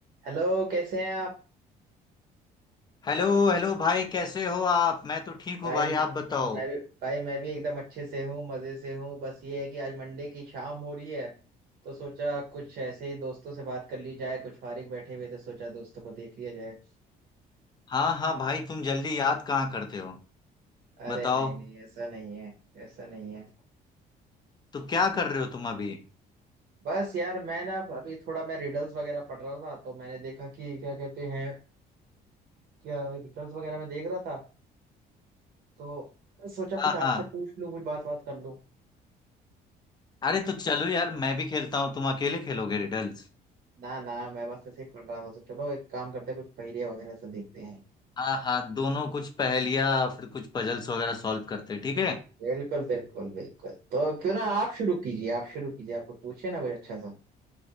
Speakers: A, on the right; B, on the left.
A: Hello कैसे हैं आप
B: Hello hello भाई कैसे हो आप मैं तो ठीक हूँ
A: भाई
B: भाई
A: म-
B: आप बताओ
A: मैं भी भाई मैं भी एकदम अच्छे से हूँ मजे से हूँ बस ये है कि आज मंडे की शाम हो रही है तो सोचा कुछ ऐसे ही दोस्तों से बात कर ली जाए कुछ फारिग बैठे हुए थे सोचा दोस्तों को देख लिया जाए
B: हाँ हाँ भाई तुम जल्दी याद कहाँ करते हो
A: अरे
B: बताओ
A: नहीं नहीं ऐसा नहीं है ऐसा नहीं है
B: तो क्या कर रहे हो तुम अभी
A: बस यार मैं ना अभी थोड़ा मैं रिडल्स वगैरह पढ़ रहा था तो मैंने देखा कि क्या कहते हैं क्या रिडल्स वगैरह मैं देख रहा था तो सोचा
B: हाँ
A: कुछ आपसे
B: हाँ
A: पूछ लूं कुछ बात बात कर लूं
B: अरे तो चलो यार मैं भी खेलता हूँ तुम अकेले खेलोगे रिडल्स
A: ना ना मैं बस ऐसे ही पढ़ रहा था तो चलो एक काम करते हैं कुछ पहेलियां वगैरह से देखते हैं
B: हाँ हाँ दोनों कुछ पहेलियाँ फिर कुछ पजल्स वगैरह सॉल्व करते हैं ठीक है
A: बिल्कुल बिल्कुल बिल्कुल तो क्यों ना आप शुरू कीजिए आप शुरू कीजिए आप पूछे ना कुछ अच्छा सा